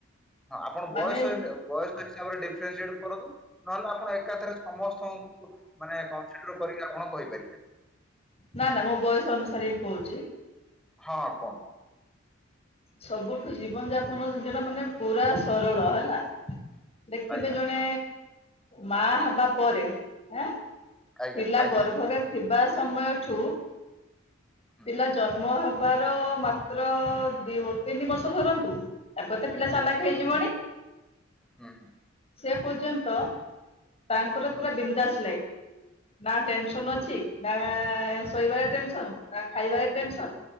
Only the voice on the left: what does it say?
ମାନେ
ନା ନା ମୋ ବୟସ ଅନୁସାରେ ହିଁ କହୁଛି।
ସବୁଠୁ ଜୀବନ ଯାପନ ଜିନିଶଟା ମାନେ ପୁରା ସରଳ ହେଲା। ଦେଖିବେ
ଜଣେ
ମା ହେବାପରେ ଆଁ
ପିଲା
ଗର୍ଭରେ ଥିବା ସମୟଠୁ
ପିଲା ଜନ୍ମ ହେବାର ମାତ୍ର ଦି ବ ତିନି ବର୍ଷ ଧରନ୍ତୁ ଗୋଟେ ପିଲା ଚାଲାକି ହେଇଯିବଣୀ।
ସେ ପର୍ଯ୍ୟନ୍ତ ତାଙ୍କର
ପୁରା
ବିନ୍ଦାସ ଲାଇଫ୍। ନା ଟେନସନ
ଅଛି ନା ଶୋଇବାରେ ଟେନସନ ନା ଖାଇବାରେ ଟେନସନ